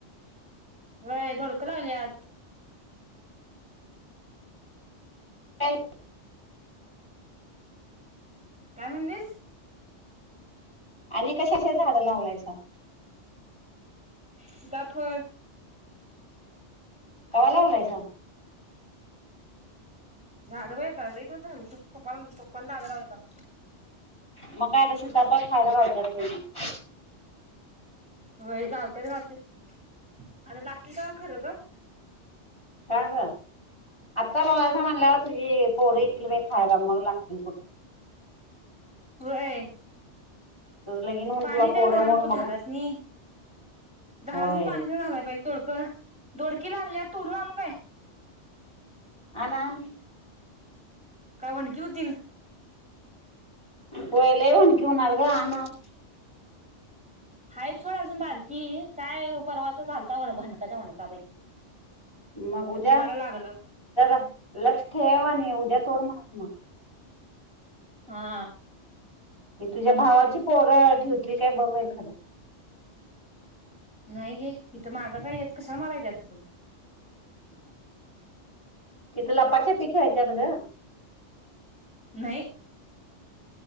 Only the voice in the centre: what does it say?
व्हय दोडकं लागल्यात
काय म्हणलीस?
सिताफळ
झालं बाई आता लय दिवस झालं तुंफान तुंफान झाड लावलेत आम
होय गवत्यात गवत्यात आता लागतील तवा खरं ग-
होय.
पाणी
तर घालाय
नको
झाडासनी.
झाडासनी
पाणी देऊन घालायला पाहिजे दोडकं दोडकी लागल्यात तोडून आणू काय?
काय वडंकी होतील.
हायत सोडं अजून बारकी काय परवाच झालता वंड व्ह्डकाच्या व्हडंणका बाई
जीवाला लागलं
हा
नाही गे इथं मागं काय येत कशाला मरायला येत्यात इथून.
नाही